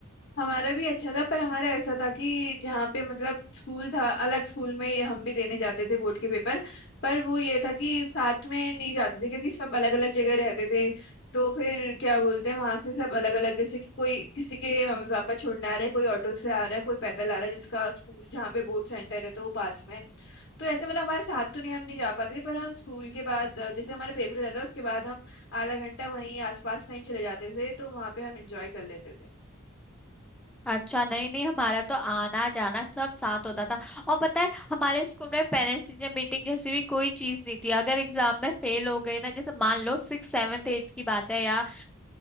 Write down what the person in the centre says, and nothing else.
अच्छा नहीं नहीं हमारा तो आना जाना सब साथ होता था और पता है हमारे स्कूल में पेरेंट्स टीचर मीटिंग जैसी भी कोई चीज नहीं थी अगर एग्जाम में फेल हो गए ना जैसे मान लो सिक्स सेवन्थ एट्थ की बात है या